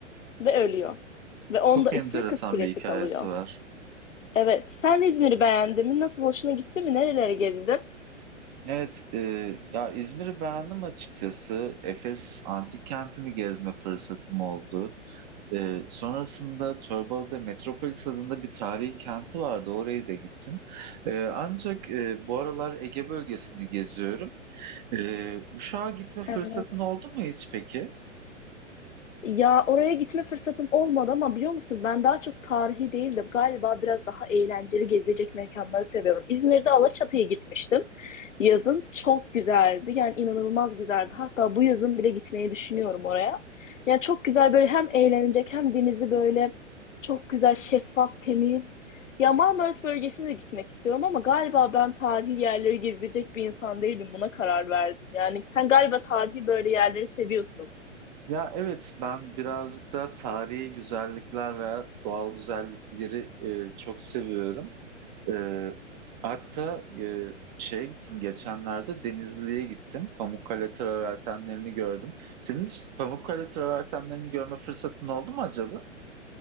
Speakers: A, on the left; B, on the right.
A: ve ölüyor. Ve onda
B: çok
A: ismi
B: enteresan
A: Kız Kulesi
B: bir hikayesi
A: kalıyor.
B: var.
A: Evet. Sen İzmir'i beğendin mi? Nasıl hoşuna gitti mi? Nerelere gezdin?
B: Evet, e, ya İzmir'i beğendim açıkçası. Efes Antik Kenti'ni gezme fırsatım oldu. E, sonrasında Torbalı'da Metropolis adında bir tarihi kenti vardı. Oraya da gittim. E, ancak e, bu aralar Ege bölgesini geziyorum. Ee, Uşak'a gitme fırsatın
A: Evet.
B: oldu mu hiç peki?
A: Ya oraya gitme fırsatım olmadı ama biliyor musun ben daha çok tarihi değil de galiba biraz daha eğlenceli gezilecek mekanları seviyorum. İzmir'de Alaçatı'ya gitmiştim. Yazın çok güzeldi. Yani inanılmaz güzeldi. Hatta bu yazın bile gitmeyi düşünüyorum oraya. Yani çok güzel böyle hem eğlenecek hem denizi böyle çok güzel şeffaf temiz. Ya Marmaris bölgesine de gitmek istiyorum ama galiba ben tarihi yerleri gezilecek bir insan değilim. Buna karar verdim. Yani sen galiba tarihi böyle yerleri seviyorsun.
B: Ya evet ben birazcık da tarihi güzellikler veya doğal güzellikleri e, çok seviyorum. Ee, hatta e, şeye gittim geçenlerde Denizli'ye gittim. Pamukkale travertenlerini gördüm. Senin hiç Pamukkale travertenlerini görme fırsatın oldu mu acaba?